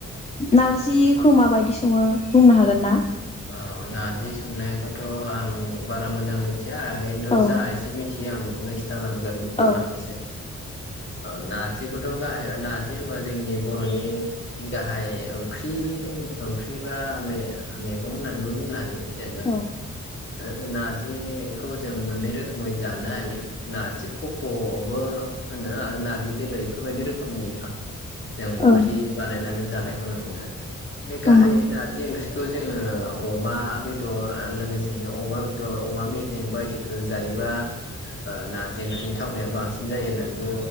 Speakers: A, on the left (about 20°); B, on the left (about 40°).
A: नारजिखौ मा बायदि सङो बुंनो हागोन ना
B: औ नारजि संनायखौथ' आं बारा मोजां मिथि- या खिन्थु
A: औ
B: जा इसो मिथियो आं <inaudible> लांगोन
A: औ
B: लांनोसै औ नार्जिखौथ' गाहाय नार्जि होनबा जोंनि बर'नि गाहाय ओंख्रि-ओंख्रि बा मेगं होननानैबो बुंनो हायो। जेनबा
A: औ
B: ओ नारजिखौ जों मोननै रोखोमै जानो हायो नारजिखफ' बो <inaudible> होनो आरो नारजि दोलो इफोरबायदि रोखोमनि <unintelligible> जों
A: औ
B: ओंख्रि बानायनानै जानायखौ नुनो‌ मोनो। <unintelligible> गाहाय
A: नंगौ
B: नारजि ओंख्रि खौ जोङो अमा बेदर आरो लोगोसेनो अमा बेदर अमा मेजेम बायदिफोरजों जायोबा ओ नारजि ओंख्रिनि थावनाया बांसिन जायो नों बो